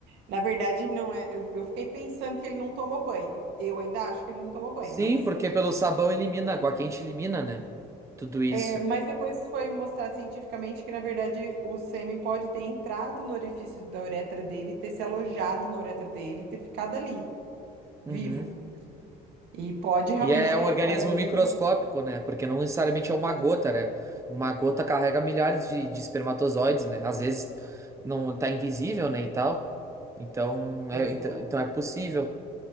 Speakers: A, on the right (about 85°); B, on the right (about 15°).
A: Na verdade, não é. Eu, eu fiquei pensando que ele não tomou banho. Eu ainda acho que ele não tomou banho,
B: Sim,
A: mas,
B: porque pelo sabão elimina, água quente elimina, né? Tudo isso.
A: é, mas depois foi mostrado cientificamente que, na verdade, o sêmen pode ter entrado no orifício da uretra dele, ter se alojado na uretra dele, ter ficado ali,
B: Uhum.
A: vivo. E pode realmente
B: E é
A: ter
B: um organismo
A: ficado ali.
B: microscópico, né? Porque não necessariamente é uma
A: É,
B: gota, né? Uma gota carrega milhares de, de espermatozoides, né? Às vezes não tá invisível, né? E tal. Então
A: pois
B: é, então,
A: é.
B: então é possível.